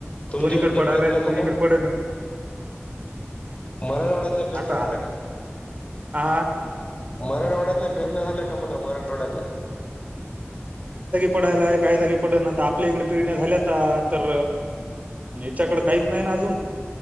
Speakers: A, on the left (about 25°); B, on the right (about 35°).
A: तुमच्याकडच्या
B: कोणीकडे पडायलाय
A: पेरण्या
B: तर कोणीकडे
A: झाल्या.
B: पडण
A: मराठ्यावाड्यातल्या पेरण्या
B: आता
A: झाल्या का,
B: हा
A: मराठ्यावाड्यात, पेरण्या झाल्या का म्हन मराठवाड्यातला,
B: पडालाय काही जागी पडना, आता आपल्या इकड पेरणे झाल्याता तर, च्याकड काहीच नाही ना अजून,